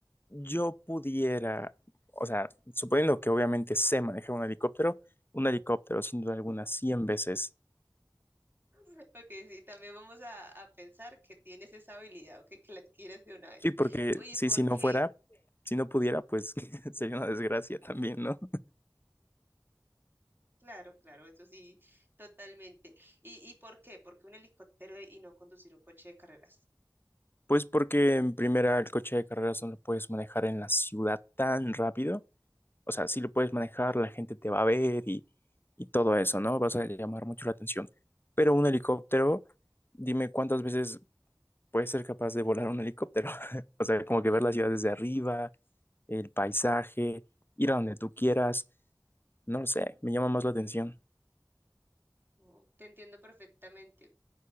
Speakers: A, on the left; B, on the right.
A: yo pudiera, o sea, suponiendo que obviamente sé manejar un helicóptero, un helicóptero sin duda alguna 100 veces
B: <laughs> Ok, sí, también vamos a, a pensar que tienes esa habilidad, ok, que la adquieres de una vez.
A: Sí, porque
B: ¿Y
A: sí,
B: por
A: si no
B: qué?
A: fuera, si no pudiera, pues <laughs> sería una desgracia también, ¿no?
B: Claro, claro, eso sí, totalmente. ¿Y, y por qué? ¿Por qué un helicóptero y no conducir un coche de carreras?
A: Pues porque en primera el coche de carreras no lo puedes manejar en la ciudad tan rápido. O sea, sí lo puedes manejar, la gente te va a ver y, y todo eso, ¿no? Vas a llamar mucho la atención. Pero un helicóptero, dime cuántas veces puedes ser capaz de volar un helicóptero. <laughs> o sea, como que ver la ciudad desde arriba, el paisaje, ir a donde tú quieras. No lo sé, me llama más la atención.
B: No, te entiendo perfectamente.